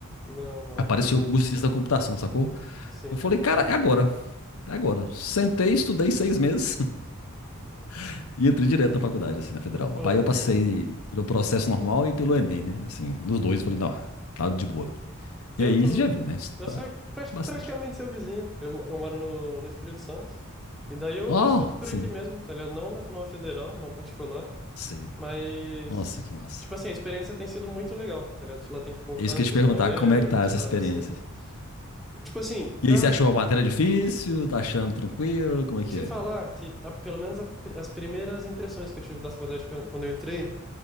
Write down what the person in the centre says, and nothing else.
Não, não,
não penso.
Sim.
Pô,
aí
sim.
Eu
tô.
Eu sou prati-
praticamente seu vizinho. Eu, mo- eu moro no, no Espírito Santo. E daí eu,
eu estudo por
aqui mesmo, tá ligado? Não na, numa federal, numa particular.
Mas.
Tipo assim, a experiência tem sido muito legal, tá ligado? Lá tem, tipo, um
campus
maneiro,
umas
paradas
assim. Tipo assim, já
te
falar que, a- pelo menos a pri- as primeiras impressões que eu tive da faculdade quan- quando eu entrei.